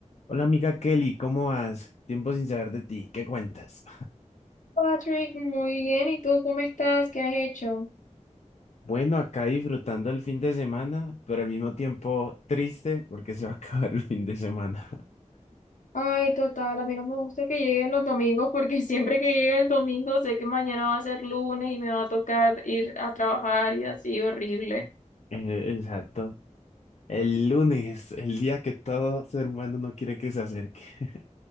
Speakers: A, on the left; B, on the left.
A: Hola amiga Kelly, ¿cómo vas? Tiempo sin saber de ti, ¿qué cuentas?
B: Patrick, muy bien. ¿Y tú cómo estás? ¿Qué has hecho?
A: Bueno, acá disfrutando el fin de semana, pero al mismo tiempo triste porque se va a <laughs> acabar el fin de semana. <laughs>
B: Ay, total, a mí no me gusta que lleguen los domingos porque <laughs> siempre que llega el domingo sé que mañana va a ser lunes y me va a tocar ir a trabajar y así horrible.
A: Eh, Exacto. El lunes, el día que todo ser humano no quiere que se acerque. <laughs>